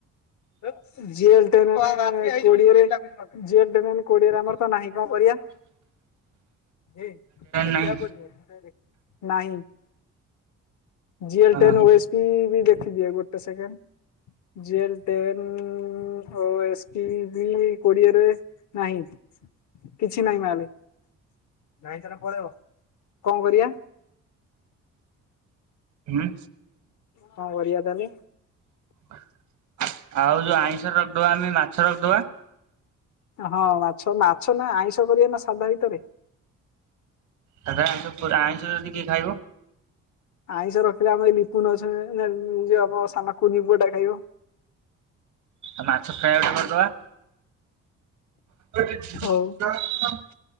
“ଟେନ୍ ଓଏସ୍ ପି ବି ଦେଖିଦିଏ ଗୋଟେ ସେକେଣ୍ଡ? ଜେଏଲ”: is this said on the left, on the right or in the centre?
Left